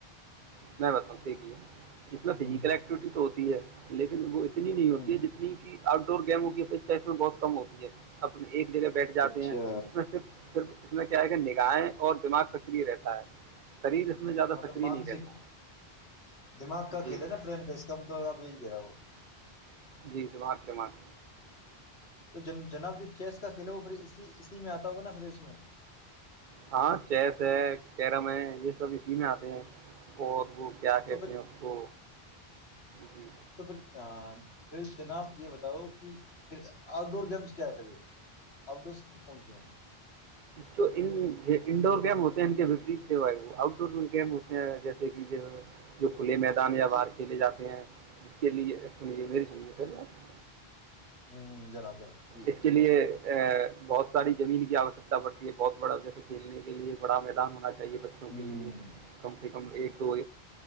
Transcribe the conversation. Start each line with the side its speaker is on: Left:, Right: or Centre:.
Right: <unintelligible> میں بتاؤوں ٹھیک ہی ہے <unintelligible> ج میں
Left: ہ
Right: فزیکل ایکٹیویٹی تو ہوتی ہے لیکن وہ <unintelligible> نی نہیں ہوتی
Left: ہ ہ
Right: ہے جتنی کہ آؤ <unintelligible> گیموں کی اپیکھا اس میں بہت کم ہوتی ہے اپنی ایک جگہ <unintelligible> بیٹھ جاتے
Left: اچھا
Right: ہیں اس میں صرف صرف کیا ہے کہ نگاہیں اور دماغ سکری رہتا ہے شریر اس میں زیادہ
Left: مطلب
Right: سکریہ
Left: مانسک
Right: نہیں رہتا
Left: دماغ کا
Right: جی
Left: کھیل ہے نا برین کا اس کا مطلب آپ یہی کہہ رہا ہو
Right: جی دمار دم
Left: تو جن جناب جو چیس کا کھیل ہے وہ اسی اسی میں آتا ہوگا نا پری اس میں
Right: ہاں چیس ہے کیرم ہے یہ سب اسی میں آتے ہیں اور وہ کیا کہتے
Left: تو پھر
Right: ہیں اس کو جی
Left: تو پھر پھر جناب یہ بتاؤ کہ پھر آؤٹ ڈور گیمس کیا ہے پھر آؤٹ ڈورس کون سی ہیں
Right: جو ان انڈور گیم ہوتے ہیں ان کےپریت سے آؤٹ ڈور گیم ہوتے ہیں جیسے کہ کھلے میدان یا
Left: جی
Right: باہر کھیلے جاتے ہیں کے لیے سنیے سجے پہلے آپ
Left: ہوں جناب جناب جی
Right: اس کے لیے بہت ساری زمین کی آوشکتا پڑتی ہے بہت بڑا و جیسے کھیلنے کے لیے بڑا میدان ہونا چاہے چاہیے بچوں
Left: ہ
Right: کے لیے کم سے کم ایک دو